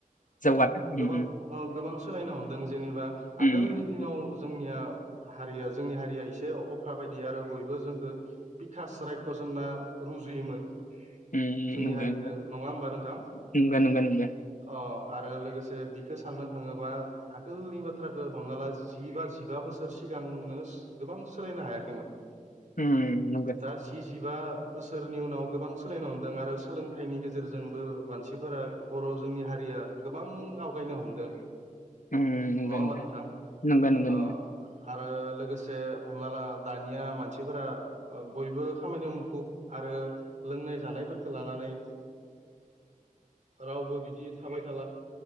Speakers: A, on the left; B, on the right.
A: जौगाथों उम
B: ओ गोबां ओ सोलायनो हमदों जेनबा
A: उम
B: आगोलनि दिनाव जोंनिया हारिया जोंनि हारिया एसे अख्रा बायदि आरो बयबो जोखो बिखास रायख'ज होनना रुजुयोमोन
A: उम
B: जोंनि
A: नंगौ
B: हारिखो नङा होमबा नोंथां
A: नंगौ नंगौ नंगौ
B: अ आरो लोगोसे बिखो साननो थाङोबा आगोलनि बाथ्राखो हमना ला जि बा जिबा बोसोर सिगांनो गोबां सोलायनो हायाखैमोन
A: उम नोंगो
B: दा जि जिबा बोसोरनि उनाव गोबां सोलायनो हमदों आरो सोलोंथाइनि गेजेरजोंबो मानसिफोरा बर' जोंनि हारिया गोबां आवगायनो हमदों
A: उम नंगौ
B: नङा होमबा नोंथां
A: नंगौ नंगौ
B: अ
A: नंगौ
B: आरो लोगोसे हमना ला दानिया मानसिफोरा ओ बयबो खामानियाव मुखुब आरो लोंनाय जानायफोरखो लानानै रावबो बिदि थाबाय थाला